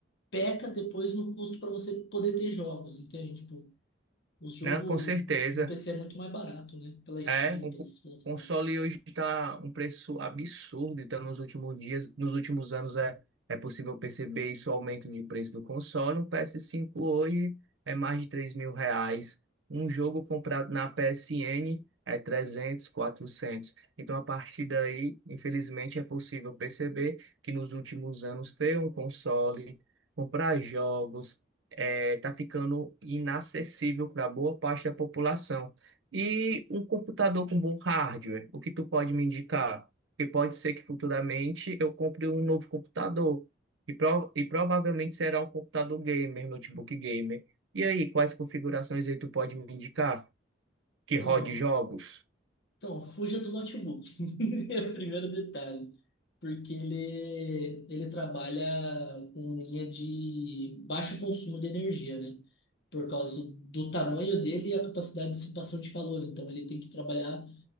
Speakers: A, on the left; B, on the right.
A: peca depois no custo para você poder ter jogos, entende? Tipo, os jogos
B: Não, com certeza.
A: no PC é muito mais barato, né? Pela Steam,
B: É, o
A: pelas
B: co-
A: plataformas.
B: console hoje está um preço absurdo, então nos últimos dias, nos últimos anos é, é possível perceber isso, o aumento de preço do console. Um ps cinco hoje é mais de 3 mil reais. Um jogo comprado na PSN é 300, 400. Então, a partir daí, infelizmente, é possível perceber que nos últimos anos ter um console, comprar jogos, está ficando inacessível para boa parte da população. E um computador com bom hardware, o que tu pode me indicar? Porque pode ser que futuramente eu compre um novo computador. E, pro- e provavelmente será um computador gamer, notebook gamer. E aí, quais configurações aí tu pode me indicar? Que rode
A: Não.
B: jogos?
A: Então, fuja do notebook. <laughs> É o primeiro detalhe. Porque ele, ele trabalha com linha de baixo consumo de energia, né? Por causa do tamanho dele e a capacidade de dissipação de calor. Então, ele tem que trabalhar